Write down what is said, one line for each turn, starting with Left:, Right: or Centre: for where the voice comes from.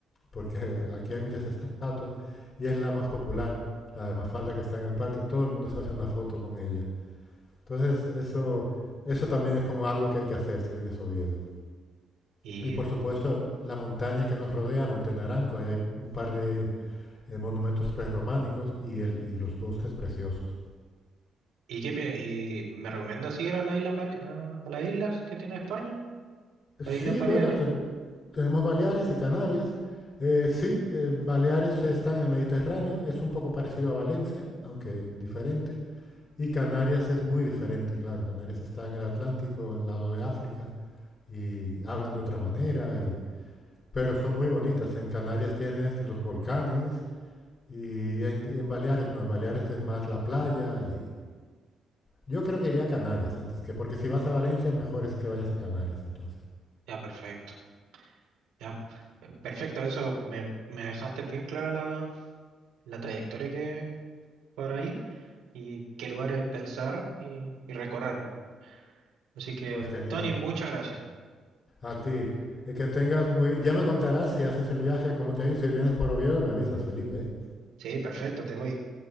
Left: porque aquí hay muchas estatuas, y es la más popular, la de Mafalda que está en el parque, todo el mundo se hace una foto con ella. Entonces eso, eso también es como algo que hay que hacer si vienes a Oviedo.
Right: ¿Y,
Left: Y por supuesto la montaña que nos rodea, Monte Naranco, ahí hay un par de eh, monumentos prerrománicos y, el, y los bosques preciosos.
Right: y, qué, pi- y me recomiendas ir a las islas, Bale- a, a las islas que tiene España?
Left: Sí,
Right: A las Islas Baleares.
Left: bueno, ten- tenemos Baleares y Canarias. Eh, sí, eh, Baleares está en el Mediterráneo, es un poco parecido a Valencia, aunque diferente. Y Canarias es muy diferente, claro. Canarias está en el Atlántico, al lado de África, y hablan de otra manera, y, pero son muy bonitas. En Canarias tienes los volcanes y en, y en Baleares no, en Baleares es más la playa y, Yo creo que iría a Canarias antes que, porque si vas a Valencia, mejor es que vayas a Canarias entonces.
Right: Ya, perfecto. Ya, Perfecto, eso me, me dejaste bien clara la, la trayectoria que para ir y qué lugares pensar y, y recorrer. Así que,
Left: Pues genial.
Right: Tony, muchas gracias.
Left: A ti, eh, que tengas muy... Ya me contarás si haces el viaje, cómo te dice, si vienes por Oviedo, me avisas, Felipe. ¿eh?
Right: Sí, perfecto, te voy,